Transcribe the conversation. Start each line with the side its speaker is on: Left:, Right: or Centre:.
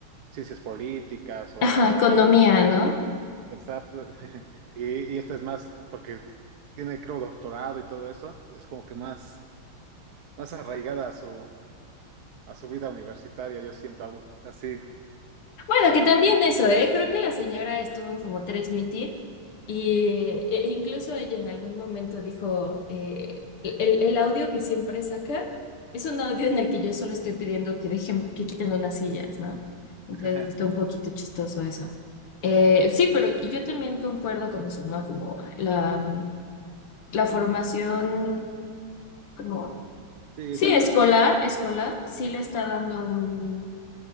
Right: ciencias políticas
Left: <laughs>
Right: o
Left: Ajá, economía, ¿no?
Right: Exacto. <laughs> Y, y esta es más, porque tiene, creo, doctorado y todo eso, es como que más, más arraigada a su, a su vida universitaria, yo siento Abu. así.
Left: Bueno, que también eso, ¿eh? Creo que la señora estuvo en como tres mitin y e- e incluso ella en algún momento dijo, eh, el, el audio que siempre sacan es un audio en el que yo solo estoy pidiendo que dejen, que quiten unas sillas, ¿no? Entonces
Right: <laughs>
Left: está un poquito chistoso eso. Eh, sí, pero yo también concuerdo con eso, ¿no? Como la, la formación como,
Right: Sí,
Left: sí,
Right: da.
Left: escolar, escolar, sí le está dando un,